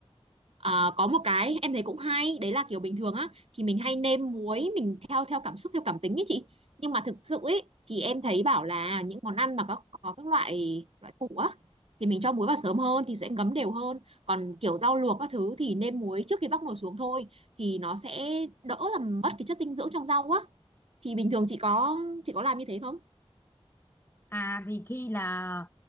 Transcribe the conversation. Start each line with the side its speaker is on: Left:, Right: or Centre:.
Right: à, có một cái em thấy cũng hay, đấy là kiểu bình thường á thì mình hay nêm muối mình theo theo cảm xúc theo cảm tính ấy chị. Nhưng mà thực sự ấy thì em thấy bảo là những món ăn mà có có các loại loại củ á thì mình cho muối vào sớm hơn thì sẽ ngấm đều hơn. Còn kiểu rau luộc các thứ thì nêm muối trước khi bắc nồi xuống thôi thì nó sẽ đỡ làm mất cái chất dinh dưỡng trong rau á. Thì bình thường chị có chị có làm như thế không?
Left: À thì khi là